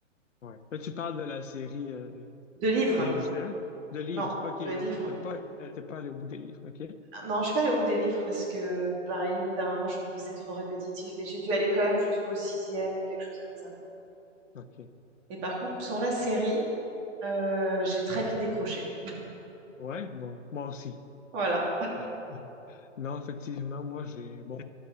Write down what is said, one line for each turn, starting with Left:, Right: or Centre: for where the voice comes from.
Left: Ouais. Là, tu parles de la série euh,
Right: De livres?
Left: télévisuelle, de livres.
Right: Non,
Left: OK,
Right: de
Left: ok.
Right: livres.
Left: T'es pas, euh, t'es pas allé au bout des livres. OK?
Right: Non, je suis pas allée au bout des livres parce que, pareil, au bout d'un moment, je trouve que c'est trop répétitif. Mais j'ai dû aller quand même jusqu'au sixième, quelque chose comme ça.
Left: OK.
Right: Et par contre, sur la série, euh, j'ai très vite décroché.
Left: Ouais, bon, moi aussi.
Right: Voilà.
Left: <laughs> Non, effectivement, moi j'ai bon,